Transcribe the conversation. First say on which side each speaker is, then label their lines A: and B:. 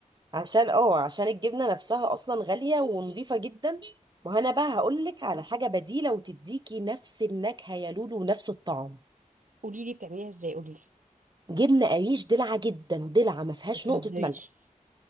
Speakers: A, on the right; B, on the right.
A: عشان اه عشان الجبنة نفسها اصلا غالية ونضيفة جدا ما انا بقى هقولك على حاجة بديلة وتديكي نفس النكهة يا لولو ونفس الطعم
B: قولي لي بتعمليها ازاي قولي لي
A: جبنة قريش دلعة جدا دلعة ما فيهاش
B: ما تهزريش
A: نقطة ملح